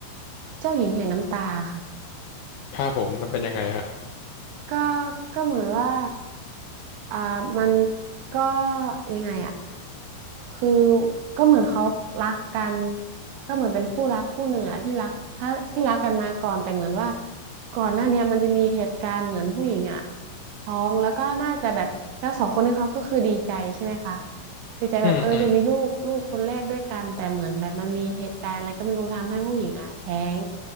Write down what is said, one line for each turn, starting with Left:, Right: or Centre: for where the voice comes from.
Right: เจ้าหญิงแห่งน้ำตาค่ะ
Left: ครับผมมันเป็นยังไงฮะ
Right: ก็ก็เหมือนว่าอ่ามันก็ยังไงอะ คือก็เหมือนเขารักกันก็เหมือนเป็นคู่รักคู่หนึ่งอะที่รักถ้าที่รักกันมาก่อนแต่เหมือนว่าก่อนหน้าเนี้ยมันจะมีเหตุการณ์เหมือนผู้หญิงอะท้องแล้วก็น่าจะแบบแล้วสองคนนี้เขาก็คือดีใจใช่ไหมคะดีใจแบบเออจะมีลูกลูกคนแรกด้วยกันแต่เหมือนแบบมันมีเหตุการณ์อะไรก็ไม่รู้ทำให้ผู้หญิงอะแท้ง
Left: อืมอืม